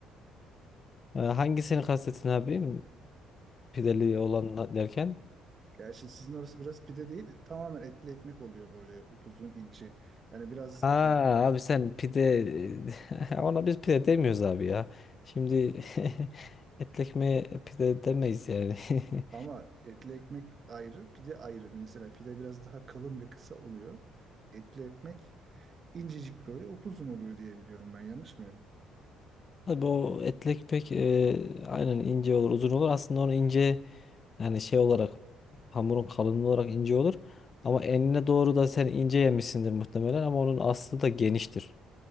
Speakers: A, on the left; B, on the right.
A: Ee, hangisini kastettin abi? Pideli olan derken?
B: Gerçi sizin orası biraz pide değil tamamen etli ekmek oluyor böyle upuzun ince. Yani biraz
A: Ha
B: e,
A: abi sen pide <laughs> ona biz pide demiyoruz abi ya. Şimdi <laughs> etli ekmeğe pide demeyiz yani. <laughs>
B: ama etli ekmek ayrı pide ayrı. Mesela pide biraz daha kalın ve kısa oluyor. Etli ekmek incecik böyle upuzun oluyor diye biliyorum ben yanlış mıyım?
A: Tabii o etlek pek e, aynen ince olur, uzun olur. Aslında onu ince yani şey olarak hamurun kalınlığı olarak ince olur. Ama enine doğru da sen ince yemişsindir muhtemelen ama onun aslı da geniştir.